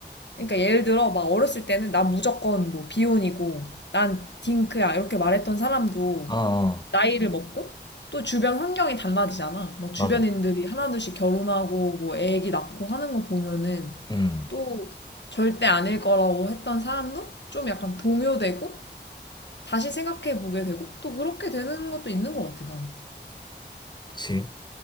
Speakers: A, on the left; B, on the left.
A: 그러니까 예를 들어, 막 어렸을 때는 난 무조건 뭐 비혼이고, 난 딩크야, 이렇게 말했던 사람도
B: 아, 아,
A: 나이를 먹고 또 주변 환경이 달라지잖아. 뭐 주변인들이
B: 맞아.
A: 하나둘씩 결혼하고 뭐 애기 낳고 하는 거 보면은
B: 음,
A: 또 절대 아닐 거라고 했던 사람도 좀 약간 동요되고 다시 생각해 보게 되고 또 그렇게 되는 것도 있는 것 같아, 난.
B: 그치.